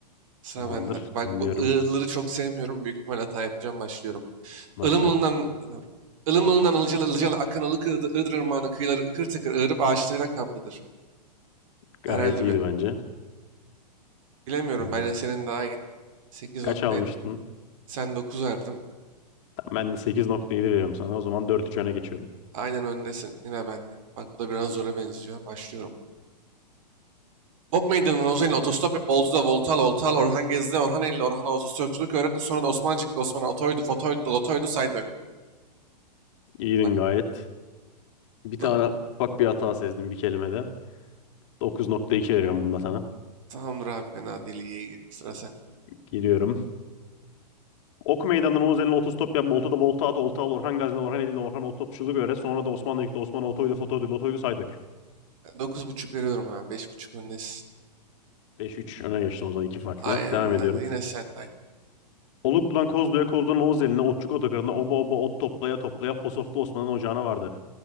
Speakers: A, on the right; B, on the left.
A: Sıra
B: tamamdır.
A: bende. Bak
B: Dinliyorum.
A: bu ı'ları çok sevmiyorum. Büyük ihtimal hata yapacağım. Başlıyorum.
B: Başla.
A: Ilımlı'ndan Ilımlı'ndan ılcalı ılcalı akan ılık Iğdır Irmağı'nın kıyıları ıkır tıkır ığırıp ağaçlarıyla kaplıdır.
B: Gayet
A: Herhalde
B: iyiydi
A: bir
B: bence.
A: bilemiyorum
B: Ee,
A: ben de senin daha iyi. 8.7
B: kaç almıştın?
A: sen 9 verdim.
B: Tamam, ben de 8.7 veriyorum sana. O zaman dört 3 öne geçiyorum.
A: Aynen öndesin yine bende. Bak bu da biraz zora benziyor. Başlıyorum. Ok Meydanı'nın Ozan'ın otostop yap Oltu'da Voltal Oltal Orhan Gezdi Orhan Eylül Orhan'a otostopçuluk öğretti. Sonra da Osmancık'la Osman'a otoydu fotoydu dolotoydu saydık.
B: İyiydin
A: Bak
B: gayet.
A: bu
B: Bir
A: da
B: tane ufak bir hata sezdim bir kelimede. 9.2 veriyorum bunda sana.
A: tamamdır abi fena değil iyi iyi. Sıra sende.
B: Giriyorum. Ok meydanından Oğuz eline otostop yap. Boltu'da volta at. Olta al. Orhan Gazi'ne Orhan Eli'yle Orhan Otostopçuluk öğret. Sonra da Osmanlıcık'ta Osman Otoydu Fotoydu Lotoydu say dök.
A: dokuz buçuk veriyorum abi beş buçuk öndesin.
B: Beş üç öne geçtim o zaman. iki farklı.
A: Aynen
B: Devam ediyorum.
A: yine sen aynen.
B: Oluklu'dan Kozlu'ya, Kozlu'dan Oğuz eline, Otçuk Otogarı'na, oba oba ot toplaya toplaya Posoflu Osman'ın ocağına vardı.